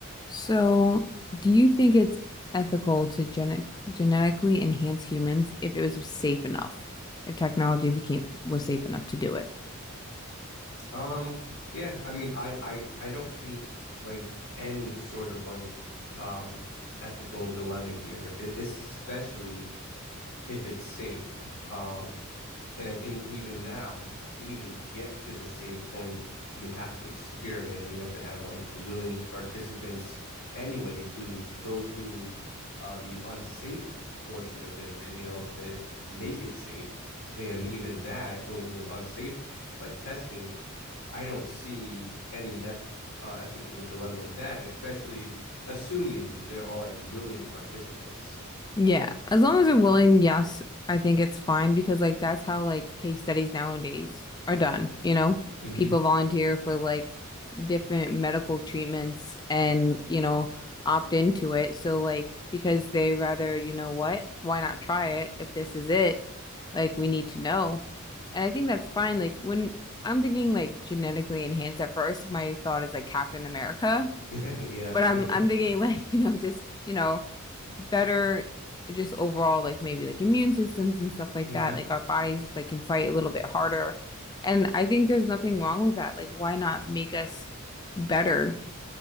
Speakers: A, on the left; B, on the left.
A: So, do you think it's ethical to genet genetically enhance humans if it was safe enough? If technology became was safe enough to do it?
B: Um, yeah, I mean, I, I, I don't see like any sort of like um ethical dilemma here, e- especially if it's safe. Um, and I think even now, to even get to the safe point, you have to experiment and you have to have like willing participants anyway to go through uh, the unsafe portion of it, you know, to make it safe. And even that, going through an unsafe like testing, I don't see any eth- uh, ethical dilemma with that, especially assuming they're all like willing participants.
A: Yeah, as long as they're willing, yes, I think it's fine because like that's how like case studies nowadays are done, you know?
B: hmm
A: People volunteer for like different medical treatments and, you know, opt into it. So like because they rather, you know what? Why not try it if this is it? Like we need to know. And I think that's fine. Like when I'm thinking like genetically enhanced at first, my thought is like Captain America.
B: <laughs>
A: But I'm
B: yeah.
A: I'm thinking <laughs> like, you know, just, you know, better just overall like maybe like immune systems and stuff like
B: hmm
A: that. Like our bodies just like can fight a little bit harder. And I think there's nothing wrong with that. Like why not make us better?